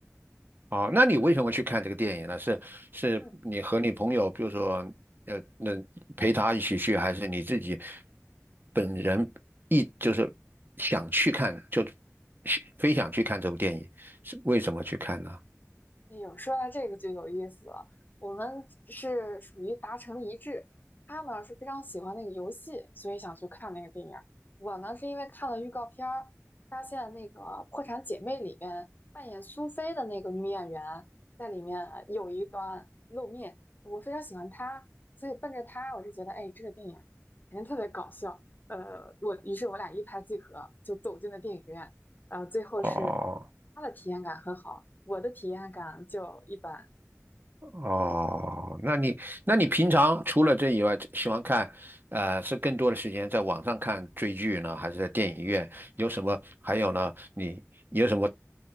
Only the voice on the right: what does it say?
哦，那你为什么去看这个电影呢？是是你和你朋友，
比如说，呃，那陪他一起去，还是你自己本人一就是想去看，就非想去看这部电影，是为什么去看呢？
哦。
哦，那你那你平常除了这以外，喜欢看，呃，是更多的时间在网上看追剧呢，还是在电影院？有什么？还有呢？你有什么？